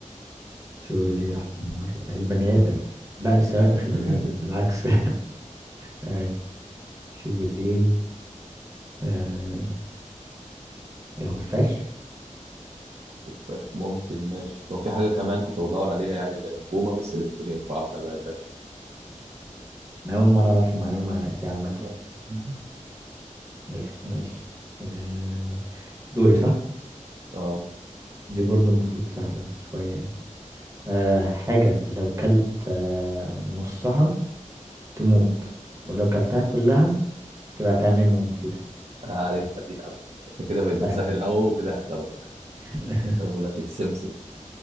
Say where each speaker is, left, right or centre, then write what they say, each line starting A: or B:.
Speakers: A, on the right; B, on the right.
A: شو ليه أحسن نار البني آدم لا مش ثواني
B: لا
A: مش
B: <laughs>
A: البني آدم بالعكس <laughs> ثواني شوف الليل آه الخفاش
B: ماشي ممكن ماشي لو في حاجة كمان كنت بدور عليها يعني البومة بس الاتنين ينفعوا تمام ماشي
A: أنا أول مرة أعرف المعلومة دي عامة
B: اه <laughs>
A: بس ماشي آه دوري صح؟
B: آه،
A: دي برضو المفروض سهلة شوية يعني آه حاجة لو كلت آه نصها تموت ولو كلتها كلها تبقى تمام ومفيدة
B: عارفها دي يا عم انت كده بقت
A: سهل
B: بتسهل أوي وكده هكسبك
A: <laughs>
B: بس أنا أقول لك إيه، السمسم